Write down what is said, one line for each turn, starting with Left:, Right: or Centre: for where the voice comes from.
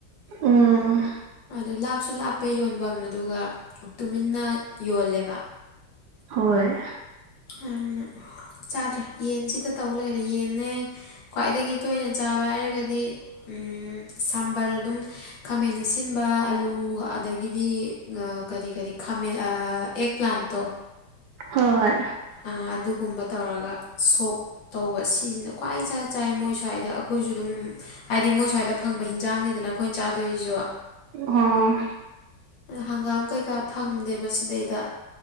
Right: ꯎꯝ
Left: ꯑꯗꯨ ꯂꯥꯞꯁꯨ ꯂꯥꯞꯄꯦ ꯌꯣꯟꯕꯝ ꯑꯗꯨꯒ ꯇꯨꯃꯤꯟꯅ ꯌꯣꯜꯂꯦꯕ
Right: ꯍꯣꯏ
Left: ꯑꯗꯨꯅ ꯆꯥꯗ꯭ꯔꯦ ꯌꯦꯟꯖꯤꯗ ꯇꯧ ꯂꯩꯔꯦ ꯌꯦꯟꯅꯦ ꯈ꯭ꯋꯥꯏꯗꯒꯤ ꯇꯣꯏꯅ ꯆꯥꯕ ꯍꯥꯏꯔꯒꯗꯤ ꯎꯝ ꯁꯥꯝꯕꯔ ꯑꯗꯨꯝ ꯈꯥꯃꯦꯟ ꯑꯁꯤꯟꯕ ꯑꯂꯨ ꯑꯗꯒꯤꯗꯤ ꯑ ꯀꯔꯤ ꯀꯔꯤ ꯈꯥꯃꯦꯟ ꯑ ꯑꯦꯛ ꯄ꯭ꯂꯥꯟꯇꯣ
Right: ꯍꯣꯏ ꯍꯣꯏ
Left: ꯑ ꯑꯗꯨꯒꯨꯝꯕ ꯇꯧꯔꯒ ꯁꯣꯛ ꯇꯧꯕ ꯁꯤꯖꯤꯅ ꯈ꯭ꯋꯥꯏ ꯏꯆꯥ ꯆꯥꯏ ꯃꯣꯏ ꯁ꯭ꯋꯥꯏꯗ ꯑꯩꯈꯣꯏꯖꯨ ꯑꯗꯨꯝ ꯍꯥꯏꯗꯤ ꯃꯣꯏ ꯁ꯭ꯋꯥꯏꯗ ꯐꯪꯕ ꯍꯤꯟꯖꯥꯡꯅꯤꯗꯅ ꯑꯩꯈꯣꯏꯟ ꯆꯥꯗꯣꯏꯖꯤꯖꯨ
Right: ꯑꯣ
Left: ꯍꯪꯒꯥꯝ ꯀꯩꯀꯥ ꯐꯪꯗꯦꯕ ꯁꯤꯗꯩꯗ